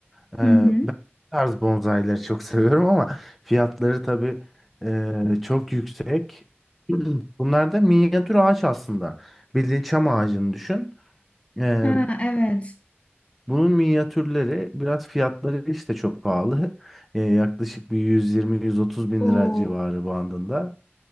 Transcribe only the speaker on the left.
Hı hı.
Ha, evet.
O,